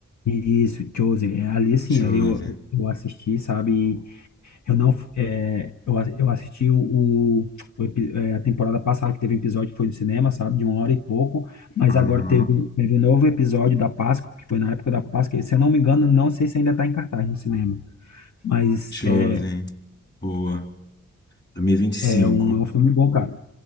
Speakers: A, on the left (about 70°); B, on the left (about 35°).
A: Isso, Chosen, é, ali assim,
B: Chosen.
A: ali eu, eu assisti, sabe? E Eu não, é, eu, a- eu assisti o, o, o epi- é, a temporada passada, que teve um episódio que foi no cinema, sabe? De uma hora e pouco, mas
B: Aham.
A: agora teve, teve um novo episódio da Páscoa, que foi na época da Páscoa, e se eu não me engano, não sei se ainda tá em cartaz no cinema. Mas
B: Chosen.
A: é,
B: Boa. 2025.
A: É um, é um filme bom, cara.